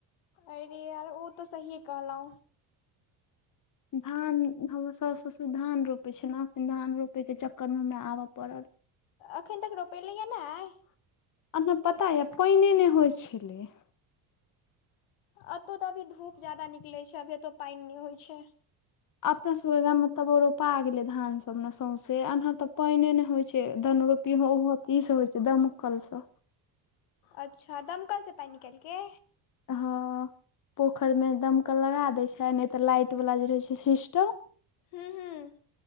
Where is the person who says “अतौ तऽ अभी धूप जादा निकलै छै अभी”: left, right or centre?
Left